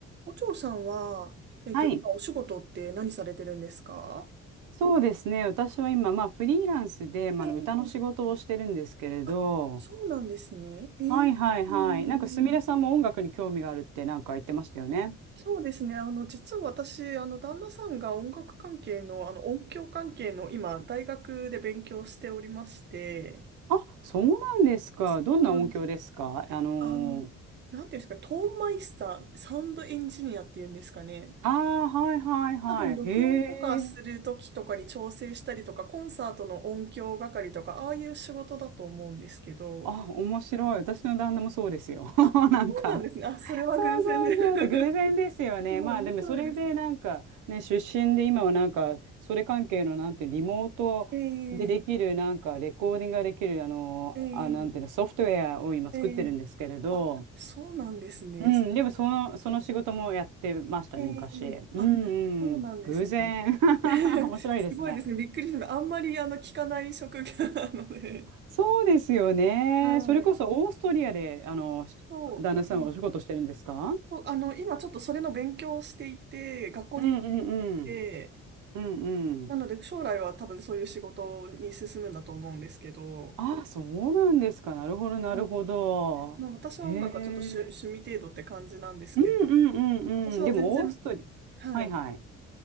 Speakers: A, on the right; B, on the right.
A: お嬢さんは、えっと、
B: はい、
A: 今お仕事って何されてるんですか
B: そうですね。私は今、まあ、フリーランスで、まあ、
A: ええ
B: あの歌の仕事をしてるんですけれど、
A: あ、そうなんですね。えええ
B: はいはいはい。なんか、すみれさんも音楽に興味があるってなんか言ってましたよね。
A: えそうですね。あの、実は私、あの、旦那さんが音楽関係の、あの、音響関係の、今、大学で勉強しておりまして、
B: あ、そうなんですか。
A: そうなんです。
B: どんな音響ですかあのー、
A: あの、なんていうんですか、トーンマイスター、サウンドエンジニアっていうんですかね。
B: ああ、はいはいはい。
A: 多分録音とかするときとかに調整したりとか、
B: へえ。
A: コンサートの音響係とか、ああいう仕事だと思うんですけど。
B: あ、面白い。私の旦那もそうですよ。<laughs>
A: あ、
B: なんか
A: そうなんですね。あ、それは偶然で。
B: そうそうそう、偶然ですよね。
A: <laughs> すごい面白いですね。
B: まあでもそれでなんかね、出身で今はなんか、それ関係のなんていうリモートでできるなんかレコーディングができるあの、
A: ええええ
B: あ、なんていうの、ソフトウェアを今作ってるんですけれど、
A: ええあ、そうなんですね。
B: うん、でもその、その仕事もやってましたね、
A: ええあ、
B: 昔。うんうん、
A: そうなんですね。
B: 偶然。
A: <laughs>
B: <laughs> 面白いですね。
A: すごいですね。びっくりしました。あんまりあの聞かない職業なので。
B: そうですよね。
A: はい。
B: それこそオーストリアで、あの、
A: そう。
B: 旦那さんはお仕事してるんですか
A: ねそうあの、今ちょっとそれの勉強をしていて、学校に通っていて、
B: うんうんうん。うんうん。
A: なので将来は多分そういう仕事に進むんだと思うんですけど、
B: あ、そうなんですか。なるほど、なるほど。
A: はいまあ、私は音楽はちょっと趣、
B: へえ。
A: 趣味程度って感じなんですけど、
B: うんうんうんうん。
A: 私は全然、
B: でも、オーストリー。
A: はい、
B: はいはい。